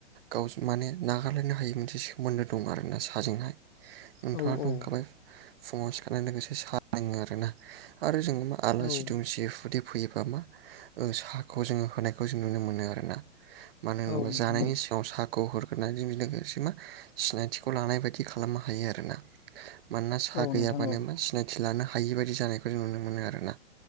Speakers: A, on the right; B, on the left.
A: गावजों माने नागारलायनो हायि मोनसे सोमोन्दो दं आरोना साजोंहाय नोंथाङाथ'
B: औ औ
A: होनखाबाय फुङाव सिखारनाय लोगोसे सा लोङो आरोना आरो जोङो मा आलासि
B: औ
A: दुमसि हुदि फैयोबा मा ओ साहखौ जोङो होनायखौ जों नुनो मोनो आरोना मानो होनोब्ला
B: औ नोंथां
A: जानायनि
B: औ
A: सिगाङाव साह <unintelligible> हरग्रोनानै बिजों लोगोसे मा सिनायथिखौ लानाय बायदि खालामनो हायो आरोना मानोना सा
B: औ
A: गैयाबानो
B: नोंथां औ
A: मा सिनायथि लानो हायि बादि जानायखौ जों नुनो मोनो आरोना